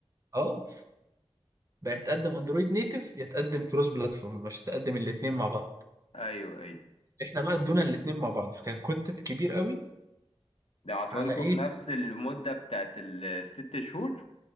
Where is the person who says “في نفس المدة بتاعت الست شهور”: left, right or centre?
Left